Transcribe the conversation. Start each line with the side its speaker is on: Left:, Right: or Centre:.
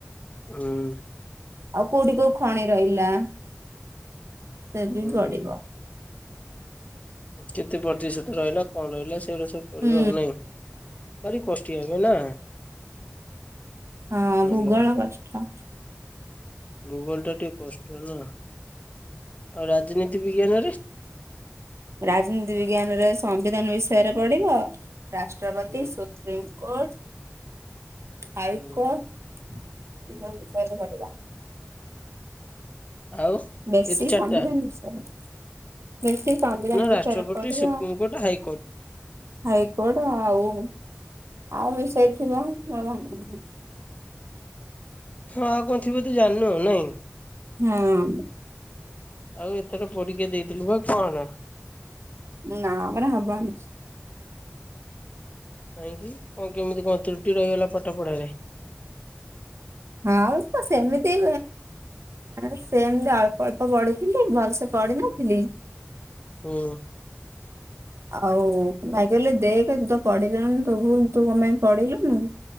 Left: ହୁଁ।
Right: ଆଉ କୋଉଠି କୋଉ ଖଣି ରହିଲା ସେ ବି
Left: ହୁଁ
Right: ପଡିବ।
Left: କେତେ ପ୍ରତିଶତ ରହିଲା କଣ ରହିଲା ସେଗୁଡ଼ା ସବୁ ପଡ଼ିବ
Right: ହୁଁ
Left: ଆଉ। ନାଇଁ? ଭାରି କଷ୍ଟି ଲାଗେ ନା?
Right: ହଁ
Left: ଭଲ।
Right: ଭୂଗୋଳ କଷ୍ଟ।
Left: ଭୁଗଲ ଟା ଟିକେ କଷ୍ଟ ନା ଆଉ ରାଜନୀତି ବିଜ୍ଞାନରେ?
Right: ରାଜନୀତି ବିଜ୍ଞାନରେ ସମ୍ବିଧାନ ବିଷୟରେ ପଢିବ ରାଷ୍ଟ୍ରପତି।
Left: ହୁଁ
Right: ସ ସୁପ୍ରିମକୋର୍ଟ ହାଇକୋର୍ଟ।
Left: ହୁଁ
Right: <unintelligible> ବିଷୟରେ ପଡିବା।
Left: ଆଉ।
Right: ବେଶି
Left: ଏ ଚାରିଟା
Right: ସମ୍ବିଧାନ ବିଷୟରେ ସେମିତି ସମ୍ବିଧାନ ବିଷୟରେ
Left: ରାଷ୍ଟ୍ରପତି
Right: ପଡିବ।
Left: ସୁପ୍ରିମକୋର୍ଟ ହାଇକୋର୍ଟ
Right: ହାଇକୋଟ ଆଉ ଆଉ ମିଶାଇଥିବ। <unintelligible>
Left: ହଁ ଆଉ କଣ ଥିବ ତୁ ଜାଣିନୁ ନାଇଁ?
Right: ହୁଁ।
Left: ଆଉ ଏଥର ପରକ୍ଷା ଦେଇଥିଲୁ ବା କଣ?
Right: ନାଁଁ ମୋର ହବନି।
Left: କାହିଁକି କଣ କେମିତି କଣ ତ୍ରୁଟି ରହିଗଲା ପାଠ ପଢାରେ?
Right: ଆଉ ତ ସେମିତି ଆ ସେ ଏମତି ଅଳ୍ପ ଅଳ୍ପ ବଢିଥିଲି ଭଲସେ ପଢିନଥିଲି।
Left: ହୁଁ।
Right: ଆଉ ଭାଇ କହିଲେ ଦେଖେ ତୁ ତ ପଢିଲୁନୁ ତୁ ତୁ କଁ ପାଇଁ ପଢିଲୁନୁ।